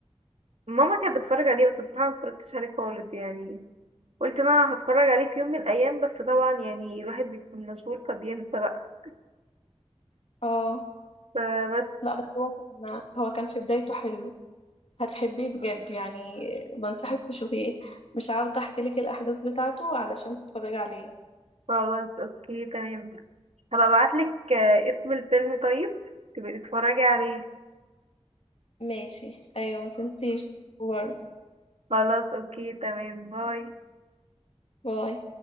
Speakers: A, on the right; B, on the left.
A: ماما كانت بتتفرج عليه بس بصراحة متفرجتش عليه خالص يعني قلت انا هتفرج عليه في يوم من الأيام بس طبعا يعني الواحد بيكون مشغول فبينسى بقى
B: اه
A: فبس
B: لا بس هو كان هو كان في بدايته حلو هتحبيه بجد يعني بنصحك تشوفيه مش عاوزة احكي لك الاحداث بتاعته علشان تتفرجي عليه
A: خلاص اوكي تمام هبقى ابعتلك آه، اسم الفيلم طيب تبقي تتفرجي عليه
B: ماشي ايوه ما تنسيش برضه
A: خلاص اوكي تمام باي
B: باي